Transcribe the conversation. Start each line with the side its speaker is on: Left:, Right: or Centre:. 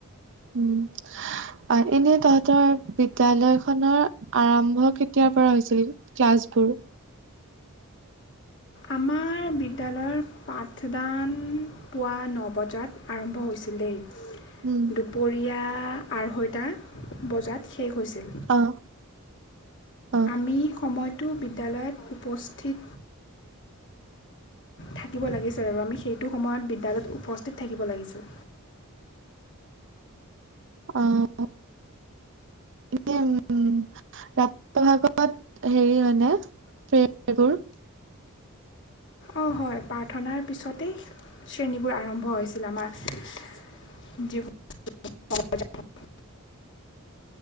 Right: উম আৰু এনেই তহত ৰ বিদ্যয়ালয় খনৰ আৰম্ভ কেতিয়াৰ পৰা হৈছিল ক্লাছবোৰ?
Left: আমাৰ বিদ্যালয়ৰ পাঠদান পুৱা ন বজাত আৰম্ভ হৈছিল দেই-
Right: উম
Left: দুপৰীয়া আঢ়ৈটা বজাত শেষ হৈছিল
Right: অ অ
Left: আমি সময়ত টো বিদ্যালয়ত উপস্থিত থাকিব লাগিছিল আৰু আমি সেইটো সময়ত বিদ্যালয়ত উপস্থিত থাকিব লাগিছিল।
Right: আহ এনে উ ৰাতিপুৱা ভাগত হেৰি হয় নে প্ৰেবোৰ?
Left: অঁ হয় প্ৰাৰ্থনাৰ পিছতেই শ্ৰেণীবোৰ আৰম্ভ হৈছিল আমাৰ যিবোৰ